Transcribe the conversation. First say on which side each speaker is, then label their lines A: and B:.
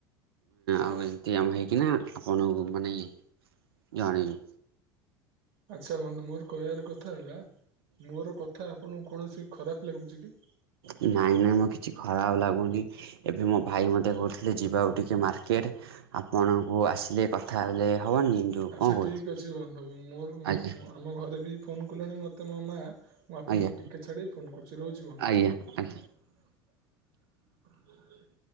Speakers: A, on the right; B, on the right.
A: ଆଉ ଏମିତି ଆମ ହେଇକିନା ଆପଣଙ୍କୁ ମାନେ ଜଣେଇବୁ।
B: ଆଚ୍ଛା ବନ୍ଧୁ ମୋର କହିବାର କଥା ହେଲା, ମୋର କଥା ଆପଣଙ୍କୁ କୌଣସି ଖରାପ ଲାଗୁଚି କି?
A: ନାଇଁ ନାଇଁ ମୋ କିଛି ଖରାପ ଲାଗୁନି। ଏବେ ମୋ ଭାଇ ମୋତେ କହୁଥିଲେ ଯିବାକୁ ଟିକେ ମାର୍କେଟ, ଆପଣଙ୍କୁ କୁ ଆସିଲେ କଥା ହେଲେ। ହବନି ଯୋଉ
B: ଆଚ୍ଛା
A: କଣ କହୁଛୁ
B: ଠିକ ଅଛି, ବନ୍ଧୁ ମୋର
A: ଆଜ୍ଞା
B: ଆମ ଘରେ ବି ଫୋନ କଲେଣି ମତେ ମୋ ମା ମୁଁ ଆପଣଙ୍କୁ
A: ଆଜ୍ଞା
B: ଟିକେ ଛାଡ ଫୋନ କରୁଛି ରହୁଛି ବନ୍ଧୁ।
A: ଆଜ୍ଞା ଆଜ୍ଞା।
B: <inaudible>